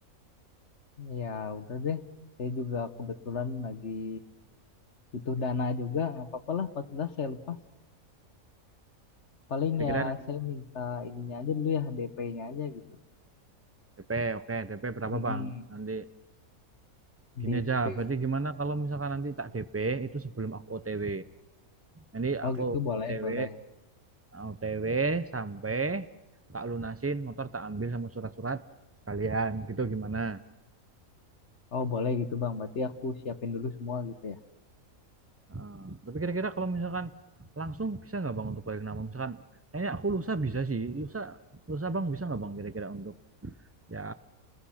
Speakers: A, on the left; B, on the right.
A: Ya udah deh, saya juga kebetulan lagi butuh dana juga, nggak apa-apa lah 14 saya lepas. Paling
B: kira-kira
A: ya saya minta ininya aja dulu ya, DP-nya aja gitu.
B: DP oke DP berapa
A: Mm-mm.
B: bang nanti gini
A: DP.
B: aja berarti gimana kalau misalkan nanti tak DP itu sebelum aku OTW nanti
A: Oh
B: aku
A: gitu boleh,
B: OTW
A: boleh.
B: OTW sampai tak lunasin motor tak ambil sama surat-surat sekalian gitu gimana
A: Oh boleh gitu Bang, berarti aku siapin dulu semua gitu ya.
B: Eh, tapi kira-kira kalau misalkan langsung bisa nggak bang untuk balik nama misalkan kayaknya aku lusa bisa sih lusa lusa bang bisa nggak bang kira-kira untuk ya